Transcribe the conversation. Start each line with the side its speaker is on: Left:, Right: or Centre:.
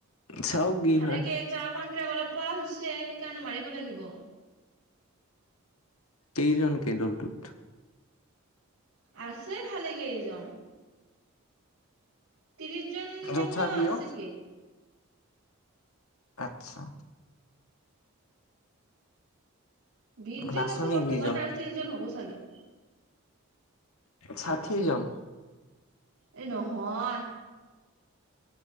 Left: চাও কি
Right: ভালেকে
Left: হয়
Right: এক জগ কন অলপ পোৱা হৈছে সেইকাৰণে মাৰিব লাগিব।
Left: কেইজনকে দলটোত?
Right: আছে ভালেকেইজন। ত্ৰিশ জন মান
Left: তথাপিও
Right: তো আছে কে।
Left: আচ্ছা।
Right: বিশজন
Left: নাচনী
Right: আছে বৰ্তমান
Left: কেইজন
Right: আৰু ত্ৰিজন হ'ব চাগে।
Left: ষাঠিজন।
Right: এই নহয়।